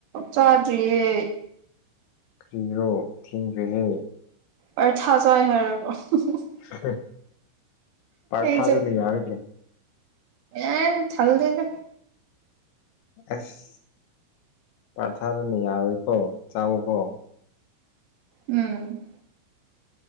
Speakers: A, on the right; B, on the left.
A: ꯆꯥꯗ꯭ꯔꯤꯌꯦ꯫
B: ꯈꯪꯗ꯭ꯔꯣ ꯈꯪꯗꯦꯍꯦ꯫
A: ꯑꯩ ꯊꯥꯖꯏ ꯍꯥꯏꯔꯒ ꯑꯍꯪ ꯑꯍꯪ꯫
B: ꯍꯦꯍꯦ ꯄꯥꯔꯊꯥꯗꯨꯅ
A: ꯑꯩꯁꯦ
B: ꯌꯥꯔꯗ꯭ꯔꯣ꯫
A: ꯑꯦ ꯊꯜꯂꯦꯗ꯫
B: ꯑꯁ ꯄꯔꯊꯥꯗꯨꯅ ꯌꯥꯔꯣꯏꯀꯣ ꯆꯥꯎꯋꯣꯒꯣ꯫
A: ꯎꯝ꯫